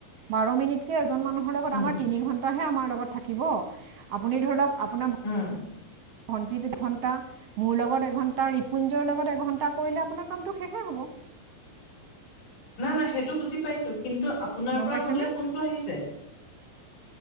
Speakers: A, on the right; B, on the left.
A: বাৰ মিনিটকে এজন মানুহৰ লগত
B: উম
A: আমাৰ তিনি ঘণ্টাহে আমাৰ লগত থাকিব। আপুনি ধৰি লওক আপোনাৰ
B: উম
A: ভণ্টি লগত এঘণ্টা, মোৰ লগত এঘণ্টা, ৰিপুঞ্জয় লগত এঘণ্টা কৰিলে আপোনাৰ কামটো শেষে হ'ব।
B: <inaudible> না-না সেইটো বুজি পাইছো। কিন্তু আপোনাৰ
A: গম
B: পৰা
A: পাইছেনে
B: মোলে ফোনটো আহিছে।